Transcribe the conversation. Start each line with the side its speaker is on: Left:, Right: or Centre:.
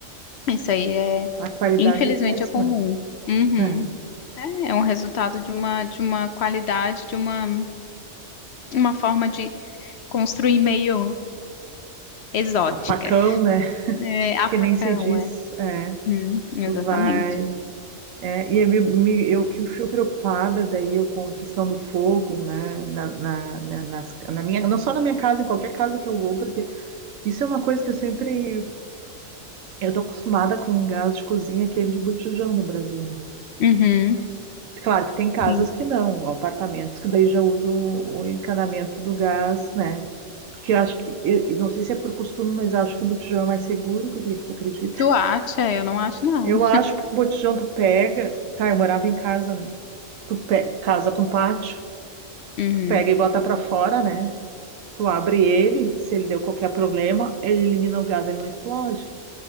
Left: isso aí é,
Right: A qualidade
Left: infelizmente
Right: é péssima.
Left: é comum. Uhum.
Right: É.
Left: É, é um resultado de uma, de uma qualidade, de uma, uma forma de construir meio exótica.
Right: A facão, né? <laughs>
Left: É, a
Right: Que
Left: facão,
Right: nem se diz.
Left: é.
Right: É.
Left: Uhum, exatamente.
Right: Tu vai. É, e eu, me, me- eu que fui preocupada daí eu com a questão do fogo, né, na, na, na- nas, na minha, não só na minha casa, em qualquer casa que eu vou, porque isso é uma coisa que eu sempre, eu tô acostumada com um gás de cozinha, aquele de botijão no Brasil, né?
Left: Uhum.
Right: Claro que tem casas
Left: Sim.
Right: que não, apartamentos que daí já usam o encanamento do gás, né? Porque eu acho que, eu, eu não sei se é por costume, mas acho que o botijão é mais seguro, guria, tu acredita?
Left: Tu acha? Eu não acho, não.
Right: Eu acho porque o botijão tu pega, tá, eu morava em casa, né? Tu pe- casa com pátio.
Left: Uhum.
Right: Tu pega e bota pra fora, né? Tu abre ele, se ele deu qualquer problema, ele elimina o gás, ele não explode.